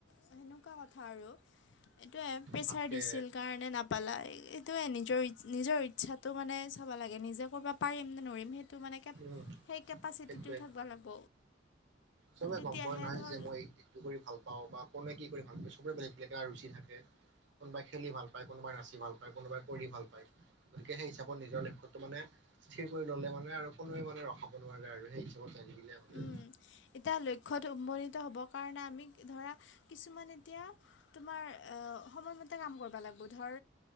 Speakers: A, on the left; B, on the right.
A: তেনেকুৱা কথা আৰু এইটোৱে প্ৰেছাৰ
B: তাকে
A: দিছিল কাৰণে নাপালা এইটোৱে নিজৰ নিজৰ ইচ্ছাত ত মানে চাব লাগে নিজে কৰিব পাৰম নে নৰিম সেই তো মানে কে
B: উম
A: সেই কেপাচিটিটোও
B: সেইটোৱেটো
A: থাকিব লাগিব।
B: চবে
A: তেতিয়াহে
B: গম পোৱাই নহয়
A: ধৰ
B: যে মই একটো কৰি ভাল পাওঁ বা কোনে কি কৰি চবৰে বেলেগ বেলেগ ৰুচি থাকে কোনোবাই খেলি ভাল পায় কোনোবাই নাচি ভাল পায় কোনোবাই কৰি ভাল পায় গতিকে সেই হিচাপত নিজৰ লক্ষ্যটো মানে স্থিৰ কৰি ল'লে মানে আৰু কোনোৱে মানে ৰখাব নোৱাৰে আৰু সেই হিচাপত যাই থাকিলে হ'ল আৰু
A: উম এতিয়া লক্ষ্যত উপনিত হ'বৰ কাৰণে আমি ধৰা কিছুমান এতিয়া তোমাৰ সময়মতে কাম কৰিব লাগে বোধৰ